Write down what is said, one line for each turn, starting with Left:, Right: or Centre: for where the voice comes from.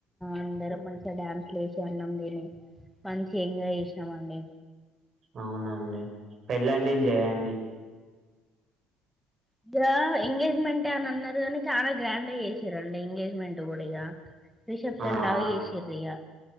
Centre: అందరు మంచిగా డ్యాన్స్ జ అన్నందిని మంచి ఎంజాయ్ చేసినామండి
Right: ఔనండి పెళ్లంటే జెయ్యండి
Centre: ఇగ ఎంగేజ్మెంటె అని అన్నారు గాని చాలా గ్రాండ్ గా చేసిరండి ఎంగేజ్మెంట్ కూడిగా రిసెప్షన్
Right: ఆ! ఆ!
Centre: లాగా చేేసిర్రిగ